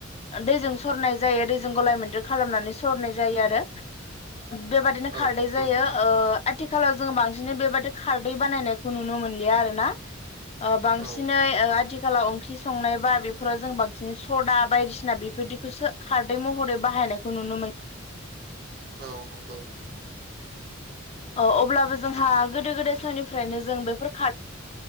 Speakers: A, on the left; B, on the right.
A: दैजों सरनाय जायो दैजों गलाय मोनदेर खालामनानै सरनाय बेबायदिनो
B: औ
A: खारदै
B: नंगौ नोंथां
A: आथिखालाव जोंङो बांसिनै बेबादि खारदै बानायनायखौ नुनो मोनलिया आरोना बांसिनै
B: औ
A: आथिखा आथिखालाव ओंख्रि संनाय बा बेफोराव जों बांसिन सदा बायदिसिना बेफोरदिखौसो खारदै महरै बाहाय नायखौ नुनो मोन
B: औ नंगौ
A: अब्लाबो जोंहा गोदो गोदाय समनिफ्रायनो जों बेफोर खार